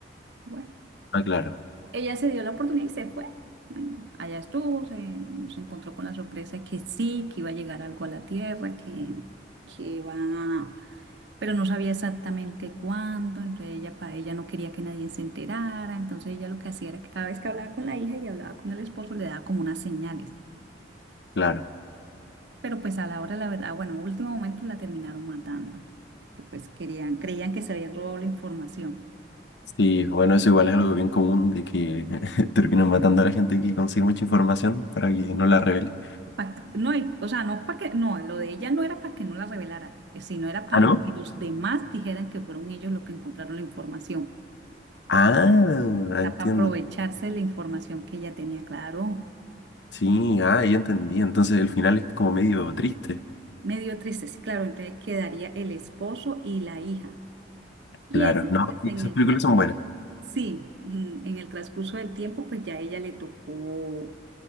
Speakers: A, on the right (about 75°); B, on the left (about 75°).
A: Bueno,
B: Ah, claro,
A: ella se dio la oportunidad y se fue. Allá estuvo, se, bueno, se encontró con la sorpresa que sí, que iba a llegar algo a la Tierra, que, que va pero no sabía exactamente cuándo, entonces ella, pa- ella no quería que nadie se enterara, entonces ella lo que hacía era que cada vez que hablaba con la hija y hablaba con el esposo le daba como unas señales,
B: claro.
A: pero pues a la hora, la verdad, bueno, a último momento la terminaron matando, que pues querían, creían que se habían robado la información.
B: Sí, bueno, eso igual es algo bien común de que <laughs> terminan matando a la gente que consigue mucha información para que no la revele.
A: Pa- no, y- o sea, no para que, no, lo de ella no era para que no la revelara, eh, sino era para
B: ¿Ah, no?
A: que los demás dijeran que fueron ellos los que encontraron la información,
B: Ah,
A: para
B: entiendo.
A: aprovecharse de la información que ella tenía, claro.
B: Sí, ah, ya entendí. Entonces el final es como medio triste.
A: Medio dio triste, sí, claro, entonces quedaría el esposo y la hija. Y
B: Claro,
A: él,
B: no,
A: pues
B: sí,
A: en
B: esas
A: el
B: películas
A: tra-
B: son buenas.
A: sí, en, en el transcurso del tiempo, pues ya ella le tocó,